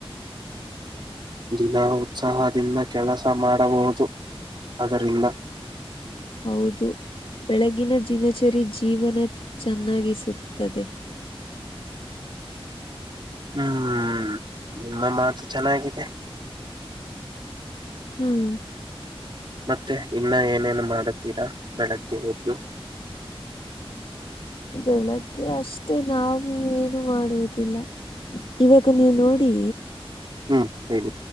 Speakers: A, on the right; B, on the left.
A: ದಿನ ಉತ್ಸಾಹದಿಂದ ಕೆಲಸ ಮಾಡಬಹುದು ಅದರಿಲ್ಲ
B: ಹೌದು ಬೆಳಗಿನ ದಿನಚರಿ ಜೀವನ ಚೆನ್ನಾಗಿಸುತ್ತದೆ
A: <inaudible> ಹ್ಮ್ ನಿಮ್ಮ ಮಾತು ಚೆನ್ನಾಗಿದೆ
B: ಹ್ಮ್
A: ಮತ್ತೆ ಇನ್ನ ಏನೇನು ಮಾಡತೀರಾ ಬೆಳಗ್ಕ ಎದ್ದು
B: ಬೆಳಗ್ಗೆ ಅಷ್ಟೇ ನಾವು ಏನು ಮಾಡುವುದಿಲ್ಲ ಇವ ಅ ನೀವು ನೋಡಿ
A: ಹ್ಮ್ ಹೇಳಿ